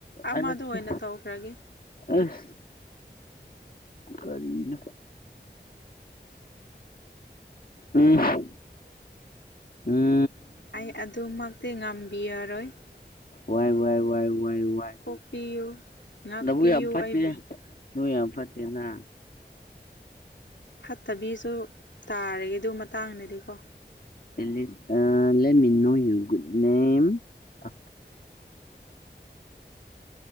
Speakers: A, on the left (about 80°); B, on the left (about 55°).
A: ꯑꯃꯗ
B: ꯑꯥꯏ ꯂꯞ
A: ꯑꯣꯏꯅ
B: ꯌꯨ
A: ꯇꯧꯈ꯭ꯔꯒꯦ
B: ꯑꯁ ꯀꯔꯤꯅ ꯎꯝ ꯎꯝ
A: ꯑꯩ ꯑꯗꯨꯃꯛꯇꯤ ꯉꯝꯕꯤꯔꯔꯣꯏ
B: ꯋꯥꯏ ꯋꯥꯏ ꯋꯥꯏ ꯋꯥꯏ ꯋꯥꯏ
A: ꯀꯣꯛꯄꯤꯌꯨ ꯉꯥꯛꯄꯤꯌꯨ
B: ꯅꯕꯨ ꯌꯥ ꯑ ꯐꯠꯇ
A: ꯑꯩꯕꯨ
B: ꯅ ꯌꯥꯝ ꯐꯠꯇꯦꯡꯅ
A: ꯐꯠꯇꯕꯤꯁꯨ ꯇꯥꯔꯒꯦ ꯑꯗꯨ ꯃꯇꯥꯡꯗꯗꯤꯀꯣ
B: ꯑꯃꯤꯣ ꯌꯨꯨ ꯅꯝ ꯑ